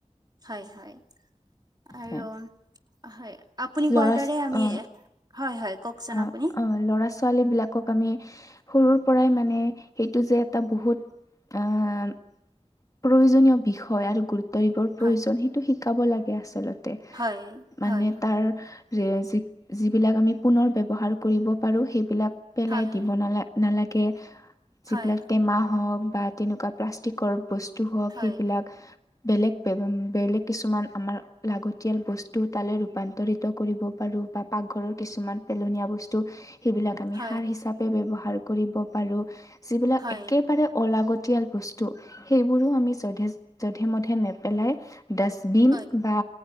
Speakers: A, on the right; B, on the left.
A: হয় হয় আৰু
B: হয়।
A: হয় আপুনি
B: ল'ৰা
A: কোৱাৰ দৰে
B: ছ-
A: আমি
B: অ
A: হয় হয় কওকচোন
B: অ
A: আপুনি
B: অ ল'ৰা ছোৱ ছোৱালবিলাকক আমি সৰুৰ পৰাই মানে সেইটো যে এটা বহুত আহ প্ৰয়োজনীয় বিষয় আৰু গুৰুত্ব দিবৰ প্ৰয়োজন
A: হয়
B: সেইটো শিকাব লাগে আচলতে
A: হয়
B: মানে
A: হয়
B: তাৰ যি যিবিলাক আমি পুনৰ ব্যৱহাৰ কৰিব পাৰোঁ সেইবিলাক পেলাই
A: হয়
B: দিব নালাগে নালাগে যিবিলাক
A: হয়
B: টেমা হওক বা তেনেকুৱা প্লাষ্টিকৰ বস্তু হওক
A: হয়
B: সেইবিলাক বেলেগ বেলেগ কিছুমান আমাৰ লাগতিয়াল বস্তু তালে ৰূপান্তৰিত কৰিব পাৰি। আৰু বা পাকঘৰৰ কিছুমান পেলনীয়া বস্তু সেইবিলাক আমি
A: হয়
B: সাৰ হিচাপে ব্যৱহাৰ কৰিব পাৰোঁ যিবিলাক
A: হয়
B: একেবাৰে অলাগত য়াল বস্তু সেইবোৰো আমি যধে যধে মধে নেপেলাই ডাষ্টবিন
A: হয় হয় হয়
B: বা